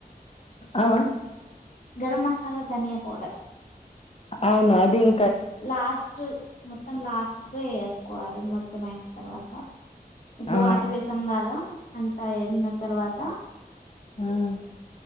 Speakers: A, on the left (about 40°); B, on the left (about 55°).
A: ఆ
B: గరం మసాలా ధనియా పౌడర్
A: అవును అది ఇం
B: లాస్ట్ మొత్తం లాస్ట్ లో ఎసుకోవాలి మొత్తం అయిన తర్వాత ఇప్పుడు
A: ఆ
B: వాటర్ వేసాం కాదా అ త ఎన్న తర్వాత
A: మ్మ్